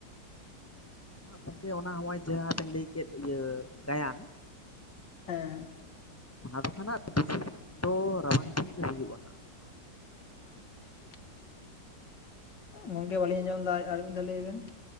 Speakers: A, on the left; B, on the left.
A: ᱦᱚᱸ ᱦᱟᱸᱜ ᱜᱚᱢᱠᱮ ᱚᱱᱟ ᱦᱚᱸᱜᱼᱚᱭ ᱡᱟᱦᱟᱸ ᱵᱮᱱ ᱞᱟᱹᱭ ᱠᱮᱫ ᱤᱭᱟᱹ ᱜᱟᱭᱟᱱ
B: ᱦᱮᱸ᱾
A: ᱚᱱᱟ ᱫᱚ ᱠᱷᱱᱟᱜ <inaudible> ᱫᱚ ᱨᱟᱵᱟᱝ ᱫᱤᱱ ᱜᱮ ᱦᱩᱭᱩᱜᱼᱟ ᱦᱟᱸᱜ᱾
B: <inaudible> ᱜᱚᱝᱠᱮ ᱵᱟᱞᱤᱧ ᱟᱸᱡᱚᱢᱫᱟ ᱟᱨᱢᱤᱫ ᱫᱷᱟᱣ ᱞᱟᱹᱭ ᱵᱮᱱ᱾